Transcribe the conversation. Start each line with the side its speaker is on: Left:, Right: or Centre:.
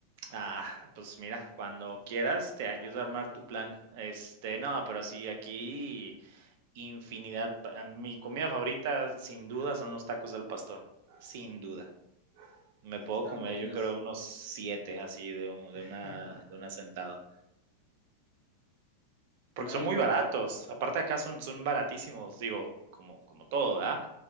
Right: ah, pues mira, cuando quieras te ayudo a armar tu plan. Este, no, pero sí, aquí infinidad. pa- Mi comida favorita, sin duda, son los tacos del pastor. Sin duda. Me
Left: Es
Right: puedo
Left: que están
Right: comer,
Left: buenos.
Right: yo creo, unos 7 así de un de
Left: <laughs>
Right: una de una sentada, porque
Left: No,
Right: son
Left: y
Right: muy
Left: pues,
Right: baratos. Aparte acá son son baratísimos, digo, como como todo, ¿verdad?